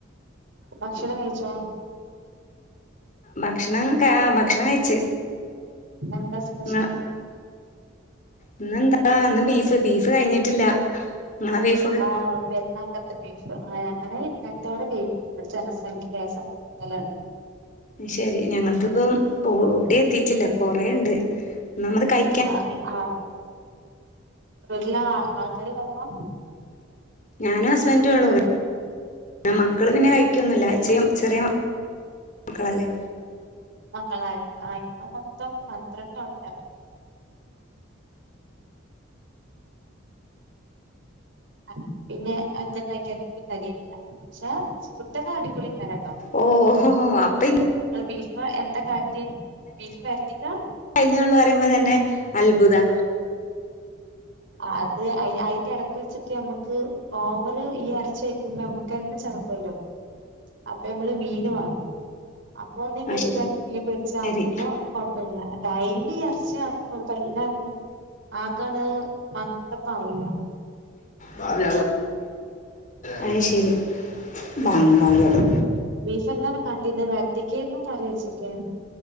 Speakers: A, on the right; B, on the left.
A: ഭക്ഷണം കഴിച്ചോ.
B: ഭക്ഷണം ക ആഹ് ഭക്ഷണം കഴിച്ച്.
A: ഇന്നെന്ത സ്
B: ങ്ങളെ ഇന്നെന്താ ഇന്ന് ബീഫ് ബീഫ് കഴിഞ്ഞിട്ടില്ല ഇങ്ങളെ ബീഫ്.
A: ആഹ് പെരുന്നാൾക്ക ബീഫ് ആഹ് ഞങ്ങെടെ ഇന്നത്തോടെ കഴിഞ്ഞ് ഇവെടെ ജനസംഖ്യ ലേസം കൂടുതലാണ്.
B: അത്ശെരി ഞങ്ങളതിപ്പം എവ്ടി എത്തീട്ടില്ല കൊറേണ്ട് ഒന്നാമത് കൈ
A: ആഹ് ആഹ് വീട്ടില ആൾക്കാര് കൊറവാ.
B: ഞാനും ഹസ്ബന്ഡുള്ളൂ ഇവി പിന്നെ മക്കള് പിന്നെ കൈക്ക്യൊന്നുല്ല അചയും ചെറിയ മക്കളല്ലേ.
A: മക്കളായ ആഹ് ഇവ്ടെ മൊത്തം പന്ത്രണ്ട് ആൾക്കാര. ആഹ് പിന്നെ എന്ത്ണ്ടാക്ക്യാലും നമക്ക് തെകയില്ല പക്ഷെ ഫുഡൊക്കെ അടിപൊളിക്കാരം.
B: ഓഹോഹോ അപ്പനി
A: അല്ല ബീഫ് എത്ത കാട്ടിയേ ബീഫ് വരട്ടിക്കാ.
B: കഴിഞ്ഞള്ളു പറയുമ്പ തന്നെ അത്ഭുതാ.
A: ആത് അയ് അയ്ന്റെ എടക്ക് വെച്ചിട്ട് നമുക്ക് ഓവർ ഈ ഇറച്ചായി ക്കുമ്പ ഞമ്മക്കെന്നെ ചടക്കുല്ലോ അപ്പൊ നമ്മള് മീന് വാങ്ങും. അപ്പൊ ഒന്നീ മീൻ
B: ആ ശരി
A: കറി മീൻ പൊരിച്ചാ
B: ശരി
A: അപ്പോ കൊഴപ്പില്ല ഡെയ്ലി ഇറ ച്ചി ആക്കുമ്പൊക്കെല്ലാർക്കും ആകാണ് മന്ദപ്പാവല്ലോ.
B: ഉം അത് ശരി. ബംഗാള്യേള്.
A: ബീഫ് എന്താണ് കാട്ടിന്ന് വരട്ടിക്കേന്നു കറി വെച്ചക്കെ.